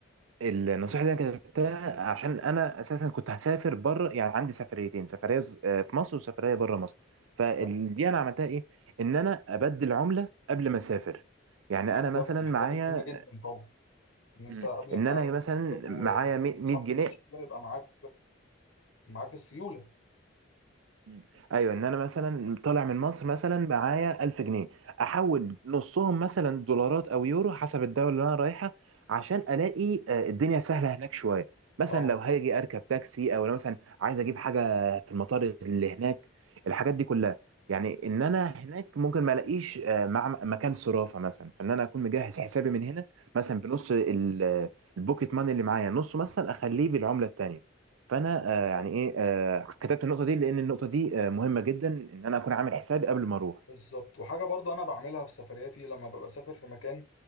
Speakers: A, on the right; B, on the left.
A: النصيحه اللي انا كتبتها عشان انا اساسا كنت هسافر بره يعني عندي سفريتين سفريه ز- آه، في مصر وسفريه بره مصر فدي
B: تمام.
A: انا عملتها ايه ان انا ابدل عمله قبل ما اسافر يعني
B: حاجة
A: انا مثلا
B: من الحاجات
A: معايا
B: المهمة جدا طبعا ان انت
A: مم.
B: قبل
A: ان
B: ما
A: انا
B: لما
A: مثلا
B: تسافر و-
A: معايا 100
B: وتتحط
A: جنيه
B: في مشكلة يبقى معاك معاك السيولة
A: مم. ايوه ان انا مثلا طالع من مصر مثلا معايا 1000 جنيه احول نصهم مثلا دولارات او يورو حسب الدوله اللي انا رايحه عشان الاقي آه، الدنيا سهله هناك شويه مثلا
B: اه
A: لو هاجي اركب تاكسي او لو مثلا عايز اجيب حاجه في المطار اللي هناك الحاجات دي كلها يعني ان انا هناك ممكن ما الاقيش آه، مع مكان صرافه مثلا فان انا اكون مجهز حسابي من هنا مثلا بنص ال- آه، البوكيت ماني اللي معايا نصه مثلا اخليه بالعمله التانيه فانا آه،
B: أكيد
A: يعني
B: طبعا
A: ايه آه، كتبت النقطه دي لان النقطه دي آه، مهمه جدا ان انا اكون عامل حسابي قبل ما اروح
B: بالظبط وحاجة برضو انا بعملها في سفرياتي لما ببقى سافر في مكان